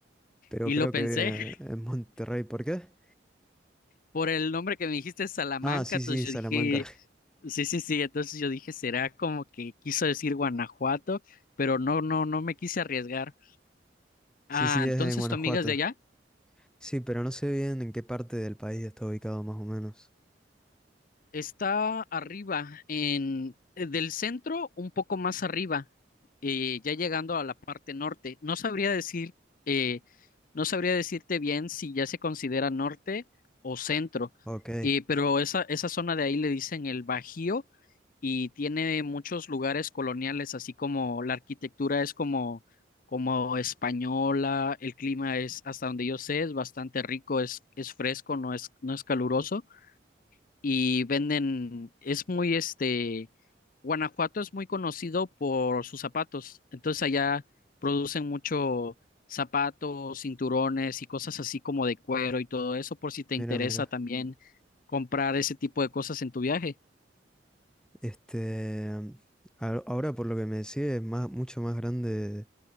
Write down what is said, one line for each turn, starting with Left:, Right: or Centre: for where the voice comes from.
Centre: pero
Left: Y
Centre: creo
Left: lo pensé
Centre: que vive
Left: <laughs>
Centre: en Monterrey. ¿Por qué?
Left: por el nombre que me dijiste, Salamanca,
Centre: Ah, sí,
Left: entonces
Centre: sí,
Left: yo
Centre: Salamanca.
Left: dije...
Centre: <laughs>
Left: Sí, sí, sí, entonces yo dije, será como que quiso decir Guanajuato, pero no, no, no me quise arriesgar.
Centre: Sí,
Left: Ah,
Centre: sí, es
Left: entonces
Centre: en Guanajuato.
Left: tu amiga es de allá.
Centre: Sí, pero no sé bien en qué parte del país está ubicado más o menos.
Left: Está arriba, en eh, del centro, un poco más arriba, eh, ya llegando a la parte norte. No sabría decir, eh, no sabría decirte bien si ya se considera norte o centro,
Centre: Ok,
Left: eh, pero esa, esa zona de ahí le dicen el Bajío y tiene muchos lugares coloniales, así como la arquitectura es como, como española, el clima es, hasta donde yo sé, es bastante rico, es, es fresco, no es, no es caluroso y venden, es muy este, Guanajuato es muy conocido por sus zapatos, entonces allá producen mucho zapatos, cinturones y cosas así como de cuero y todo eso, por si te
Centre: mira,
Left: interesa
Centre: mira.
Left: también comprar ese tipo de cosas en tu viaje.
Centre: Este, a- ahora por lo que me decís es más, mucho más grande